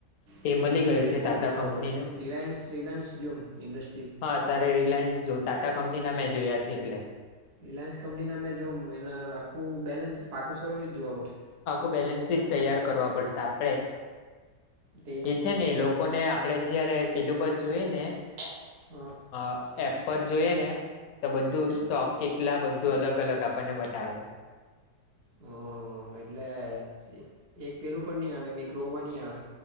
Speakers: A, on the left; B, on the right.
A: તે
B: કોઈ
A: મળી
B: બીજી
A: ગયું
B: ઇન્ડસ્ટ્રીને
A: છે ટાટા
B: જોવા
A: કંપનીનું
B: પડશે. રિલાયન્સ રિલાયન્સ જૂમ ઇડસ્ટ્રી.
A: હા ત્યારે રિલાયન્સ જો ટાટા કંપનીના મેં જોયા છે એટલે
B: રિલાયન્સ કંપનીના મેં જો એ આખું બેલેન્સ પાકું સર્વિસ જોવા પડશે.
A: આખું બેલેન્સ શીટ તૈયાર કરવા પડશે આપડે
B: તે જ
A: એ છે ને
B: જોમને
A: એ લોકોને આપડે જયારે પેલું પર જોઈએ ને
B: ને હા.
A: અ એપ પર જોઈએ ને તો બધું સ્ટોક કેટલા બધું અલગ અલગ આપણને બતાવે.
B: હ અ અ એટલે એ એક પેલું પણ નહીં આવે મે ક્રોમ માં નહિં આવે.